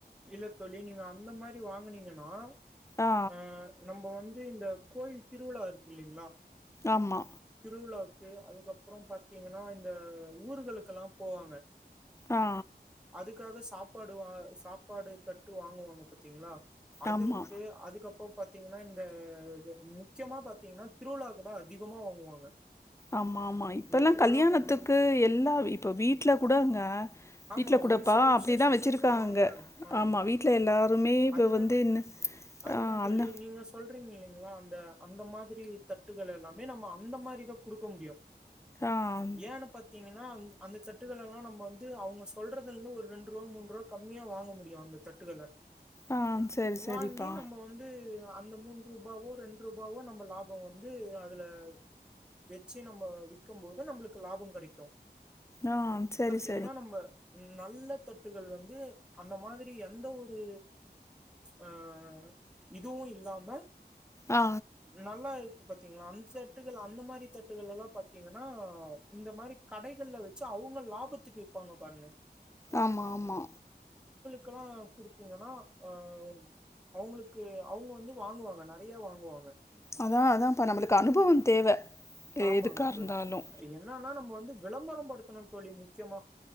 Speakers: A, in the centre; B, on the left.
A: இல்ல தோலி நீங்க அந்த மாரி வாங்கனீங்கன்னா
B: ஆ
A: அஹ் நம வந்து இந்த கோயில் திருவிழா இருக்கு இல்லைங்களா
B: ஆமா
A: திருவிழா அதுக்கப்புறம் பாத்தீங்கன்னா இந்த ஊர்கக்கெல்லாம் போவாங்க
B: ஆ ஆ,
A: அதுக்காக சாப் சப்பாடுவ சாப் ப்பாடு தட்டு வாங்குவாங்க பாத்தீங்களா அது
B: ஆமா
A: இருக்கு அதுக்கப் இப்போ பாத்தீங்கன்னா இந்த முக்கியமா பாத்தீங்கன்னா திருவிழாவுல அதிகமா வாங்குவாங்க
B: ஆமா ஆமா இப்பலாம்
A: இந்த திருவிழா
B: கல்யாணத்துக்கு
A: பண்டைய
B: எல்லா இப்ப வீட்டுல கூடங்க வீட்டில்
A: ஆமா
B: கூடப்பா
A: ஒரு சில
B: அப்படி
A: விசேஷங்களுக்கு
B: தான் வச்சுருக்காங்க
A: வாங்குறாங்க ஆஹ்
B: ஆமாம் வீட்டில் எல்லாருமே இப்போ
A: அதுதான்
B: வந்து என்ன-
A: அதுதான்
B: ஆ,
A: தோலி
B: அந்த
A: நீங்க சொல்றீங்ளே ங்களா அந்த அந்த மாதிரி தட்டுகள் எல்லாமே நம்ம அந்த மாதிரிதான் குடுக்க முடியும்
B: ஆ
A: ஏன்னு பாத்தீங்க அந்த சட்டுகள் எல்லாம் நம்ம வந் ந்து அவங்க சொல்றதுல இருந்து ஒரு ரெண்டு ரூபா மூண்ரூபா கம்மியா வாங்க முடியும் அந்த தட்டுக்கள
B: ஆ சரி சரிப்பா
A: வாங்கி நம்ம வந்து அந்த மூணு ரூபாவோ ரெண்டு ரூபாவோ நம்ம லாபம் வந்து அதுல வெச்சு நம்ம வி்க்கும் போது நம்மளுக்கு லாபம் கெடைக்கும்
B: ஆஹ் சரி சரி
A: என்னா நம்ப நல் ல தட்டுகள் வந்து அந்த மாரி எந்த ஒரு ஆஹ் இதுவும் இல்லாம
B: ஆ
A: நல்லா இருக்கு பாத்தீங்களா அன்சர் ட்டு அந்த மாதிரி தட்டுகள் எல்லாம் பாத்தீங்கன்னா இந்த மாதிரி கடைகள்ல வச்சு அவங்க லாபத் த்துக்கு விப்பாங்க பாருங்க
B: ஆமா ஆமா
A: க்கல்லாம்குடுத்தீங்னா ஆஹ் அவங்களுக்கு அவங்க வந்து வாங்குவாங்க நெறைய வாங்குவாங்க
B: அதான் அதான்ப்பா நம்மளுக்கு அனுபவம் தேவ
A: ஆமாங்க
B: எதுக்கா இருந்தாலு
A: தோழி என்னன்னா நம்ம வந்து விளம்பரம் படுத்தணும் தோழி முக்கியமா